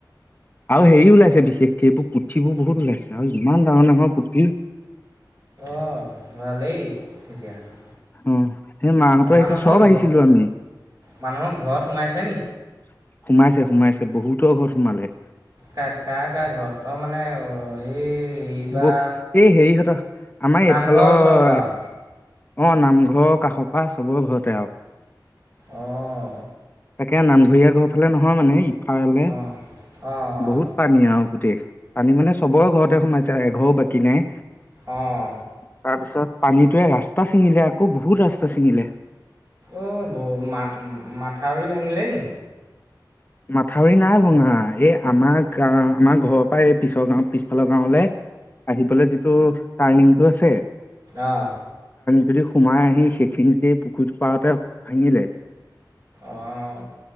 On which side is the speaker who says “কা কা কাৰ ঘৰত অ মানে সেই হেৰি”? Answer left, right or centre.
Right